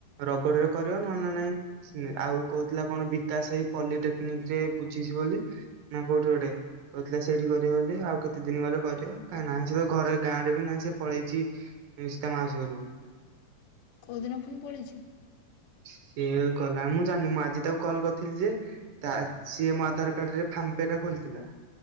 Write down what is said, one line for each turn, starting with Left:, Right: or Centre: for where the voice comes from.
Right: ରଗଡିରେ କରିବ ନହେନେ ନାହିଁ। ଆଉ କହୁଥିଲା କଣ ବିକାଶ ଭାଇ ପନି ଟେକ୍ନିକିରେ ବୁଝିଛି ବୋଲି ନା କୋଉଠି ଗୋଟେ। କହୁଥିଲା ସେଇଠି କରିବ ବୋଲି ଆଉ କେତେ ଦିନ ଗଲେ କରିବ କାହିଁ ନାହିଁ ସେ ଘରେ ଗାଁରେ ବି ନାହିଁ ସେ ପଳେଇଛି। ମିସ୍ତା ମାଉସୀ ଘରକୁ।
Left: କୋଉଦିନ ପୁଣି ପଳେଇଚି?
Right: ସିଏ କହିଲା ମୁଁ ଜାନି ମୁଁ ଆଜି ତାକୁ କଲ କରିଥିଲି ଯେ ତା ସିଏ ମୋ ଆଧାର କାର୍ଡରେ ଫାମ୍ ପେ ଟା ଖୋଲିଥିଲା।